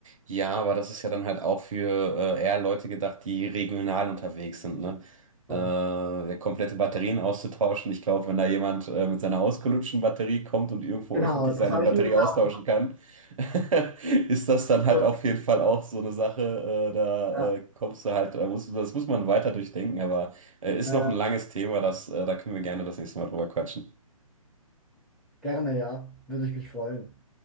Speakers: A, on the right (about 65°); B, in the centre.
A: Ja, aber das ist ja dann halt auch für äh, eher Leute gedacht, die regional unterwegs sind, ne?
B: Ja.
A: Äh, ja, komplette Batterien auszutauschen. Ich glaube, wenn da jemand äh, mit seiner ausgelutschten Batterie kommt und irgendwo
B: Genau,
A: öffentlich
B: das
A: seine
B: habe
A: Batterie
B: ich mir dann
A: austauschen
B: auch,
A: kann, <laughs> ist das dann halt
B: so,
A: auf jeden Fall auch so eine Sache. Äh, da
B: ja,
A: äh, kommst du halt, da musst, das muss man weiter durchdenken, aber äh, ist
B: äh,
A: noch ein langes Thema, das, äh, da können wir gerne das nächste Mal drüber quatschen.
B: gerne, ja, würde ich mich freuen.